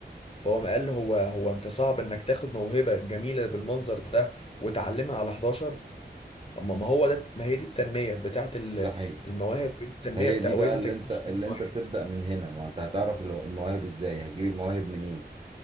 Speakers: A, on the left (about 35°); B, on the right (about 30°).
A: فهو قال له هو هو انت صعب انك تاخد موهبة جميلة بالمنظر ده وتعلمها على 11 اما ما هو ده ما هي دي التنميه بتاعه ال-
B: ده حقيقي
A: المواهب ودي التنميه
B: هي
A: بتاع
B: دي
A: ودي
B: بقى اللي
A: تكوين
B: انت اللي
A: المواهب
B: انت بتبدأ من هنا ما انت هتعرف الو- المواهب ازاي هتجيب المواهب منين